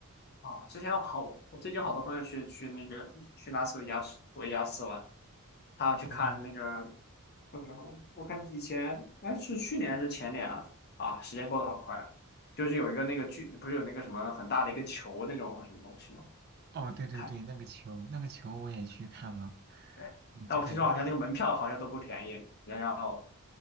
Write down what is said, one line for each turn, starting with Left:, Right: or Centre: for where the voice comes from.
Left: 啊、之前有好，我最近有好多朋友去去那个去拉斯维加斯维加斯玩，他要去看那个
Right: 哦
Left: 叫什么来着？我看以前哎是去年还是前年啊？啊，时间过得好快，就是有一个那个剧，不是有那个什么很大的一个球那种什么东西吗？
Right: 哦，对对对，
Left: 看，
Right: 那个球，那个球我也去看了，
Left: 对，
Right: 嗯，
Left: 但我听说好像那个门票好像都不便宜，
Right: 就感觉挺，
Left: 要要